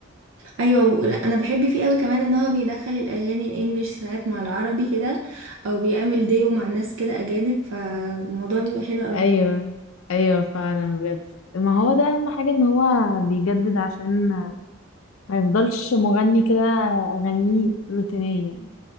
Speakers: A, on the right; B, on the left.
A: ايوه و- لا انا بحب فيه قوي كمان ان هو بيدخل الاغاني الانجليش ساعات مع العربي كده او بيعمل ديو مع ناس كده اجانب فالموضوع بيبقى حلو قوي
B: ايوه ايوه فعلا بجد ما هو ده اهم حاجه ان هو بيجدد عشان ما يفضلش مغني كده اغانيه روتينيه